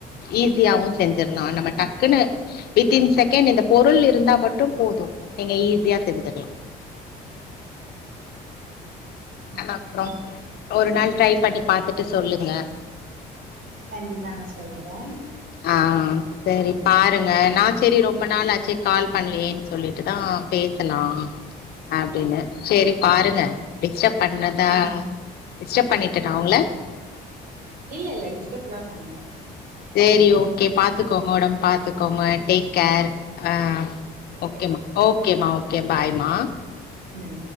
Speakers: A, on the left; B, on the right.
A: ஈஸியாவு செஞ்சிரலாம் நம்ம டக் குனு வித்தின் செகண்ட் இந்த பொருள் இருந்தா மட்டு போதும் நீங்க ஈஸியா செஞ்சீறலா அ
B: பார்க்கேன்
A: அப்றோ ஒரு நாள் ட்ரை பண்ணி பாத்துட்டு சொல்லுங்க
B: கண்டிப்பா நா சொல்றே
A: ஆ செரி பாருங்க நா செரி ரொம்ப நாளாச்சே கால் பண்ணலயேனு சொல்லிட்டுதா பேசுனா அப்டின்னு செரி பாருங்க டிஸ்டர்ப் பண்ணதா
B: ஆஹ்
A: டிஸ்டர்ப் பண்ணட்டா டிஸ்டர்ப் பண்ணிட்டேனா ஒங்கள
B: இல்ல இல்ல டிஸ்டப் எல்லா பண்ணல
A: சேரி ஓகே பாத்துக்கோங்க ஒடம்ப பாத்துக்கோங்க டேக் கேர் ஆ
B: ஓகே
A: ஒகேமா‌ ஓகே ஓகே பாய்மா
B: ம்